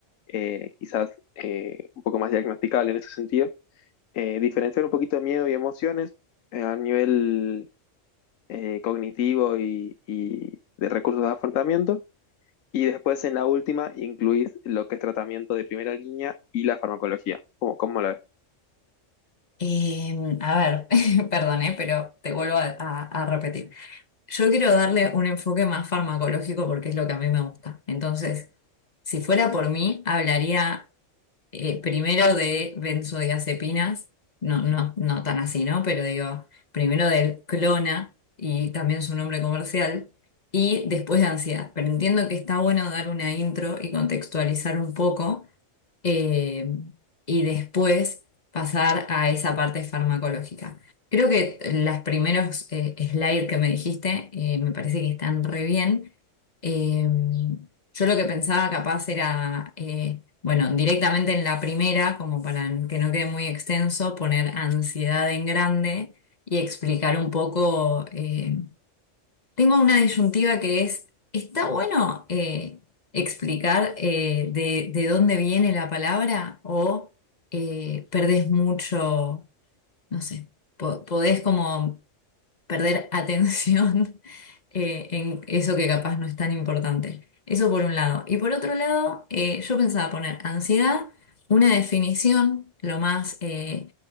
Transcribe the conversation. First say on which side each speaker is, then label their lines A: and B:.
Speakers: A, on the left; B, on the left.
A: eh, quizás eh, un poco más diagnosticable en ese sentido. Eh, diferenciar un poquito de miedo y emociones eh, a nivel eh, cognitivo y, y de recursos de afrontamiento. Y después, en la última, incluís lo que es tratamiento de primera línea y la farmacología. ¿Cómo, cómo lo ves?
B: Eh, a ver, <laughs> perdón, eh, pero te vuelvo a, a- a repetir. Yo quiero darle un enfoque más farmacológico porque es lo que a mí me gusta. Entonces, si fuera por mí, hablaría eh, primero de benzodiazepinas, no, no, no tan así, ¿no? Pero digo, primero del Clona y también su nombre comercial, y después de ansiedad. Pero entiendo que está bueno dar una intro y contextualizar un poco eh, y después pasar a esa parte farmacológica. Creo que los primeros eh, slides que me dijiste eh, me parece que están re bien. Eh, yo lo que pensaba capaz era, eh, bueno, directamente en la primera, como para que no quede muy extenso, poner ansiedad en grande y explicar un poco. eh, tengo una disyuntiva que es, ¿está bueno eh, explicar eh, de, de dónde viene la palabra o eh, perdés mucho, no sé, po- podés como perder atención <laughs> eh, en eso que capaz no es tan importante. Eso por un lado. Y por otro lado, eh, yo pensaba poner ansiedad, una definición lo más eh,